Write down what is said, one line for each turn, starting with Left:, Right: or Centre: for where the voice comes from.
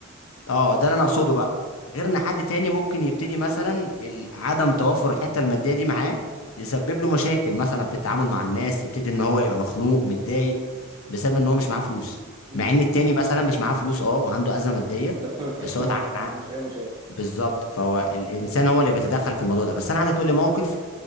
Left: اه ده اللي انا اقصده بقى غير ان حد تاني ممكن يبتدي مثلا ال- عدم توافر الحته الماديه دي معاه يسبب له مشاكل مثلا في التعامل مع الناس يبتدي ان هو يبقى مخنوق متضايق بسبب ان هو مش معاه فلوس
Right: امم
Left: مع ان التاني مثلا مش معاه فلوس اه وعنده ازمه ماديه
Right: بس ما تحسه
Left: بس هو
Right: ما...
Left: اتعامل معاه
Right: ما عندوش اي مشاكل
Left: بالظبط فهو الانسان هو اللي بيتدخل في الموضوع ده بس انا عايزك تقول لي موقف